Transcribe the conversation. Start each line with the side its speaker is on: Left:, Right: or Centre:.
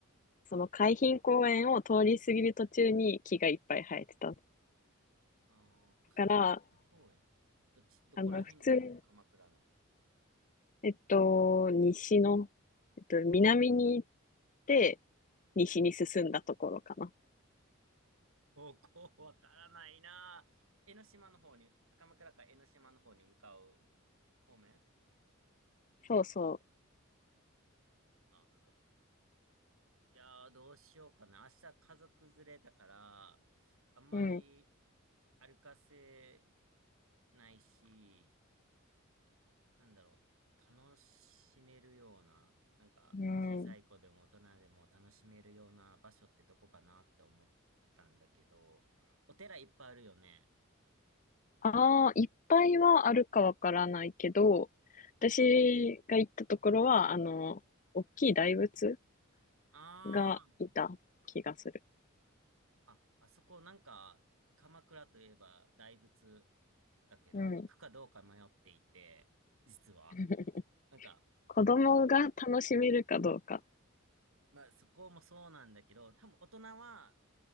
Left: その海浜公園を通り過ぎる途中に木がいっぱい生えてた。
Right: あ、
Left: だ
Right: あー、海浜公園。
Left: から、
Right: どっち、どこら辺にあるの鎌倉の。
Left: あの、普通に、えっと、西の、えっと、南に行って、西に進んだところかな。
Right: 方向わからないなぁ。江ノ島の方に、鎌倉か江ノ島の方に向かう方面
Left: そうそ
Right: なるほど。いやー、どうしようかな。明日家族連れだから、あんまり
Left: う。うん。
Right: 歩かせないし、なんだろう、楽しめるような、なんか小さい子でも大人でも楽しめるような場所ってどこかなって思ったんだけど、
Left: うん。
Right: お寺いっぱいあるよね。
Left: ああ、いっぱいはあるかわからないけど、私が行ったところは、あの、大きい大仏
Right: あ
Left: がいた気がする。
Right: あ、あ、あそこなんか、鎌倉といえば大仏だけど、
Left: うん。
Right: 行くかどうか迷っていて、実は。
Left: <laughs>
Right: なんか、
Left: 子供が楽しめるかどうか。
Right: うん、まあそこもそうなんだけど、多分大人は、